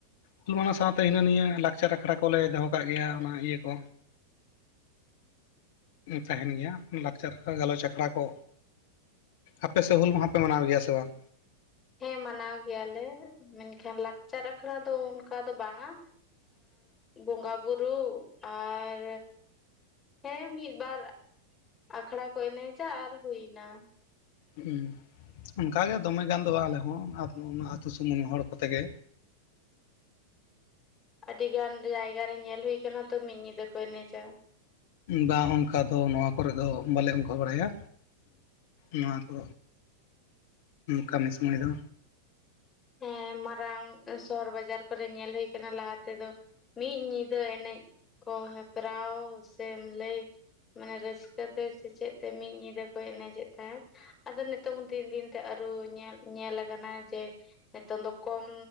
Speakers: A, on the left (about 50°); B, on the left (about 15°).
A: ᱦᱩᱞ ᱢᱟᱦᱟ ᱥᱟᱶᱛᱮ ᱦᱤᱱᱟᱹ ᱱᱤᱭᱟᱹ ᱞᱟᱠᱪᱟᱨ ᱟᱠᱷᱲᱟ ᱠᱚᱞᱮ ᱫᱚᱦᱚ ᱠᱟᱜ ᱜᱮᱭᱟ ᱚᱱᱟ ᱤᱭᱟᱹ ᱠᱚ ᱛᱟᱦᱮᱱ ᱜᱮᱭᱟ ᱞᱟᱠᱪᱟᱨ ᱜᱟᱞᱚᱪ ᱟᱠᱷᱲᱟ ᱠᱚ ᱟᱯᱮ ᱥᱮᱫ ᱦᱩᱞ ᱢᱟᱦᱟ ᱯᱮ ᱢᱟᱱᱟᱣ ᱜᱮᱭᱟ ᱥᱮ ᱵᱟᱝ
B: ᱦᱮᱸ ᱢᱟᱱᱟᱣ ᱜᱮᱭᱟᱞᱮ ᱢᱮᱱᱠᱷᱟᱱ ᱞᱟᱠᱪᱟᱨ ᱟᱠᱷᱲᱟ ᱫᱚ ᱚᱱᱠᱟ ᱫᱚ ᱵᱟᱝᱼᱟ ᱵᱚᱸᱜᱟ ᱵᱩᱨᱩ ᱟᱨ ᱦᱮᱸ ᱢᱤᱫ ᱵᱟᱨ ᱟᱠᱷᱲᱟ ᱠᱚ ᱮᱱᱮᱡᱟ ᱟᱨ ᱦᱩᱭ ᱮᱱᱟ
A: ᱦᱮᱸ ᱚᱱᱠᱟᱜᱮ ᱫᱚᱢᱮ ᱜᱟᱱ ᱫᱚ ᱵᱟᱝ ᱟᱞᱮ ᱦᱚᱸ ᱟᱹᱛᱩ ᱥᱩᱢᱩᱝ ᱦᱚᱲ ᱠᱚᱛᱮᱜᱮ
B: ᱟᱹᱰᱤ ᱜᱟᱱ ᱡᱟᱭᱜᱟ ᱨᱮ ᱧᱮᱞ ᱦᱩᱭ ᱟᱠᱟᱱᱟ ᱛᱚ ᱢᱤᱫ ᱧᱤᱫᱟᱹ ᱠᱚ ᱮᱱᱮᱡᱟ
A: ᱵᱟ ᱚᱱᱠᱟ ᱫᱚ ᱱᱚᱣᱟ ᱠᱚᱨᱮ ᱫᱚ ᱵᱟᱞᱮ ᱚᱱᱠᱟ ᱵᱟᱲᱟᱭᱟ ᱱᱚᱣᱟ ᱠᱚ ᱠᱟᱹᱢᱤ ᱥᱩᱢᱟᱹᱭ ᱫᱚ
B: ᱦᱮᱸ ᱢᱟᱨᱟᱝ ᱥᱚᱦᱚᱨ ᱵᱟᱡᱟᱨ ᱠᱚᱨᱮ ᱧᱮᱞ ᱦᱩᱭ ᱟᱠᱟᱱᱟ ᱞᱟᱦᱟ ᱛᱮᱫᱚ ᱢᱤᱫ ᱧᱤᱫᱟᱹ ᱮᱱᱮᱡ ᱠᱚ ᱦᱮᱯᱨᱟᱣ ᱥᱮᱢ ᱞᱟᱹᱭ ᱢᱟᱱᱮ ᱨᱟᱹᱥᱠᱟᱹ ᱛᱮ ᱥᱮᱪᱮᱫ ᱛᱮ ᱢᱤᱫ ᱧᱤᱫᱟᱹ ᱠᱚ ᱮᱱᱮᱡᱮᱫ ᱛᱟᱦᱮᱸᱫ ᱟᱫᱚ ᱱᱤᱛᱚᱝ ᱫᱤᱱ ᱫᱤᱱ ᱛᱮ ᱟᱨᱩ ᱧᱮᱞ ᱠᱟᱱᱟ ᱡᱮ ᱱᱤᱛᱚᱝ ᱫᱚ ᱠᱚᱢ